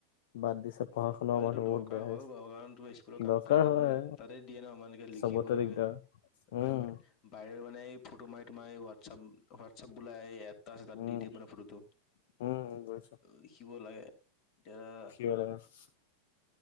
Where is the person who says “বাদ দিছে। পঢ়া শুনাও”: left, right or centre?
Left